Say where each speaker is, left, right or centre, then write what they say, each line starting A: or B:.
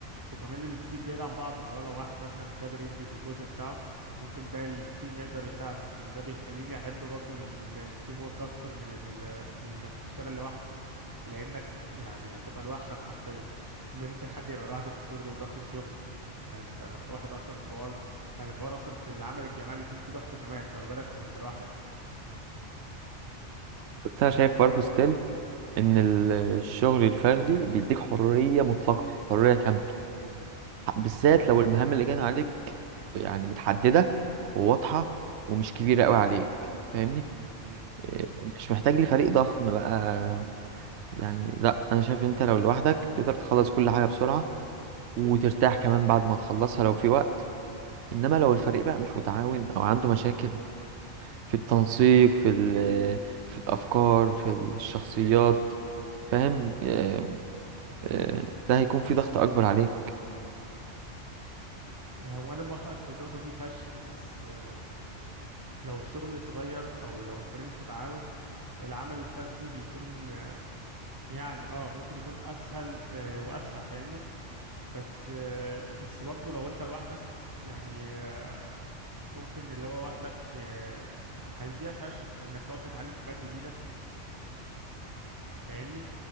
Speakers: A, on the right; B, on the right.
A: وكمان التيم بيدعم بعضه اللي هو لو واحد مثلا مش قادر ينجز الجزء بتاعه ممكن باقي التيم يقدر يساعده وده بيخليني احب برضو التيم ورك اكتر من ال من انك تشتغل لوحدك لانك يعني هتبقى لوحدك حرفيا اللي ممكن حد يبقى لوحده في الشغل وضغط الشغل يعني انت الواحد اصلا الحوار يعني الحوار اصلا في العمل الجماعي بيكون فيه ضغط كمان فما بالك وانت لوحدك
B: بس انا شايف برضه ستيل ان ال- الشغل الفردي بيديك حريه مطلقه حريه كامله بالذات لو المهام اللي جايه عليك يعني متحدده وواضحه ومش كبيره قوي عليك فاهمني
A: مم.
B: إيه، مش محتاج لفريق ضخم بقى يعني لا انا شايف ان انت لو لوحدك تقدر تخلص كل حاجه بسرعه وترتاح كمان بعد ما تخلصها لو في وقت انما لو الفريق بقى مش متعاون او عنده مشاكل في التنسيق في ال- في الافكار في الشخصيات فاهم آه، آه، ده هيكون في ضغط اكبر عليك
A: هو انا موافقك في النقطه دي فشخ بس آه، لو الشغل صغير او لو الفريق مش متعاون العمل الفردي بيكون آه، يعني اه ممكن يكون اسهل آه، واسرع فاهمني بس آه، بس برضه لو انت لوحدك يعني آه، ممكن اللي هو وقتك آه، هيضيع فشخ في انك تقعد تتعلم حاجات جديده فاهمني